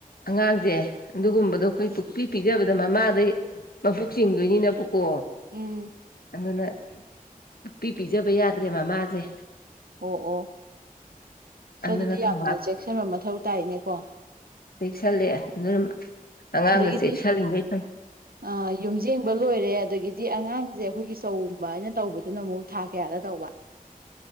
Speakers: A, on the left; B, on the right.
A: ꯑꯉꯥꯡꯁꯦ ꯑꯗꯨꯒꯨꯝꯕꯗꯣ ꯑꯩꯈꯣꯏ ꯄꯪꯄꯤ ꯄꯤꯖꯕꯗꯣ ꯃꯃꯥꯗꯩ ꯃꯕꯨꯨꯛ ꯆꯤꯡꯗꯣꯏꯅꯤꯅ ꯀꯣ
B: ꯎꯝ
A: ꯑꯗꯨꯅ ꯄꯪꯄꯤ ꯄꯤꯖꯕ ꯌꯥꯗ꯭ꯔꯦ ꯃꯃꯥꯁꯦ
B: ꯑꯣ ꯑꯣ
A: ꯑꯗꯨꯅ
B: ꯑꯗꯨꯗꯤ
A: ꯊꯣꯡꯒꯥꯛ
B: ꯌꯥꯝꯅ ꯆꯦꯛꯁꯤꯟꯕ ꯃꯊꯧ ꯇꯥꯏꯅꯦꯀꯣ
A: ꯆꯦꯛꯁꯜꯂꯦ ꯑꯗꯨꯅ ꯑꯉꯥꯡꯗ
B: ꯑꯗꯒꯤꯗꯤ
A: ꯆꯦꯛꯁꯜꯂꯤꯉꯩ ꯐꯩ
B: ꯑ ꯌꯨꯝꯖꯦꯡꯕ ꯂꯣꯏꯔꯦ ꯑꯗꯒꯤꯗꯤ ꯑꯉꯥꯡꯁꯦ ꯑꯩꯈꯣꯏꯒꯤ ꯆꯧꯒꯨꯝꯕ ꯍꯥꯏꯅ ꯇꯧꯕꯗꯨꯅ ꯑꯃꯨꯛ ꯊꯥ ꯀꯌꯥꯗ ꯇꯧꯕ